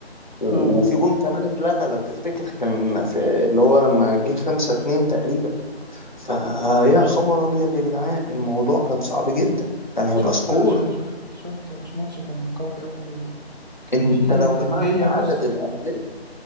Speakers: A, on the left; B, on the right.
A: و-
B: اه
A: وفي جون كمان اتلغى لو تفتكر كان في اللي هو لما جه خمسة اتنين تقريبا فيا خبر ابيض يا جدعان الموضوع كان صعب جدا كان هيبقى
B: شفت
A: سكور
B: يا باشا شفت شفت يا باشا ماتش كان قوي قوي وكان
A: انت
B: فيه
A: لو
B: ندية
A: جمعت عدد
B: بص
A: الاهداف